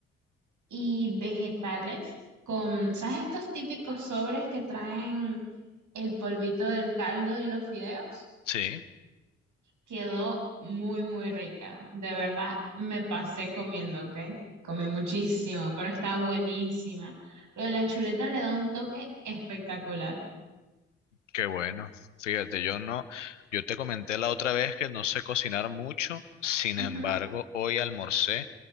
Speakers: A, on the right (about 55°); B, on the left (about 85°).
A: y vegetales con, ¿sabes estos típicos sobres que traen el polvito del caldo y los fideos?
B: Sí,
A: Quedó muy, muy rica. De verdad, me pasé comiendo, ¿ok? Comí muchísimo, pero está buenísima. Lo de la chuleta le da un toque espectacular.
B: qué bueno. Fíjate, yo no, yo te comenté la otra vez que no sé cocinar mucho, sin
A: Ujú.
B: embargo, hoy almorcé